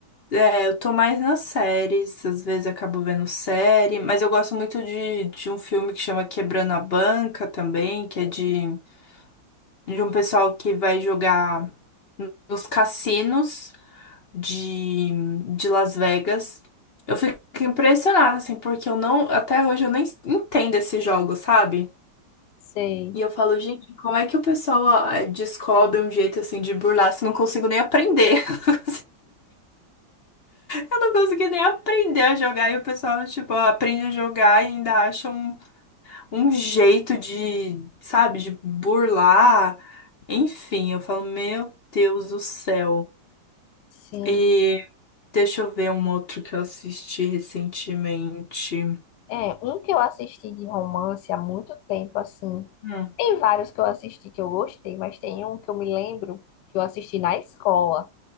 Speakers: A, on the left (about 55°); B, on the left (about 70°).
A: É, eu tô mais nas séries, às vezes acabo vendo série, mas eu gosto muito de, de um filme que chama Quebrando a Banca também, que é de, de um pessoal que vai jogar nos cassinos de, de Las Vegas. Eu fico impressionada, assim, porque eu não, até hoje eu nem entendo esse jogo, sabe?
B: Sei,
A: E eu falo, gente, como é que o pessoal ah, descobre um jeito assim de burlar se eu não consigo nem aprender? <laughs> Eu não consegui nem aprender a jogar e o pessoal, tipo, aprende a jogar e ainda acha um, um jeito de, sabe, de burlar. Enfim, eu falo, meu Deus do céu.
B: sim.
A: E deixa eu ver um outro que eu assisti recentemente.
B: É, um que eu assisti de romance há muito tempo, assim.
A: Hum,
B: Tem vários que eu assisti que eu gostei, mas tem um que eu me lembro que eu assisti na escola.